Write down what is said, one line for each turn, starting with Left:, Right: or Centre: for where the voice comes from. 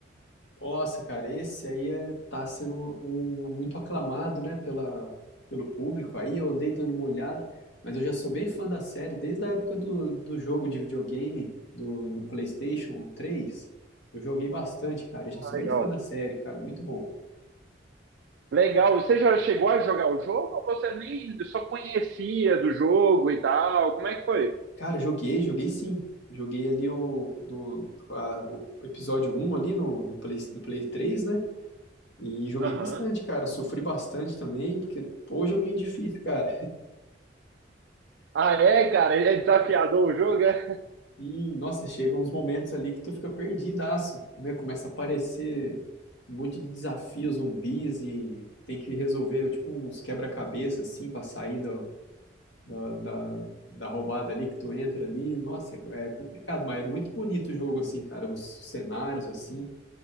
Left: Nossa, cara, esse aí é, tá sendo um, um- muito aclamado, né, pela, pelo público. Aí eu andei dando uma olhada, mas eu já sou bem fã da série desde a época do, do jogo de videogame, do, no PlayStation 3. Eu joguei bastante, cara. Eu
Right: Ah,
Left: já sou
Right: legal.
Left: bem fã da série, cara. Muito bom.
Right: Legal. Você já chegou a jogar o jogo ou você nem só conhecia do jogo e tal? Como é que foi?
Left: Cara, joguei, joguei sim. Joguei ali o, do, a- o episódio um ali no, no Play, no Play 3, né? E joguei
Right: Aham.
Left: bastante, cara. Sofri bastante também, porque, pô, joguinho difícil, cara.
Right: Ah, é, cara? É desafiador o jogo, é?
Left: E, nossa, chegam uns momentos ali que tu fica perdidaço, né? Começa a aparecer um monte de desafios, zumbis e tem que resolver, tipo, uns quebra-cabeça, assim, pra sair da, da, da, da roubada ali que tu entra ali. Nossa, é, é complicado, mas é muito bonito o jogo, assim, cara, os cenários, assim.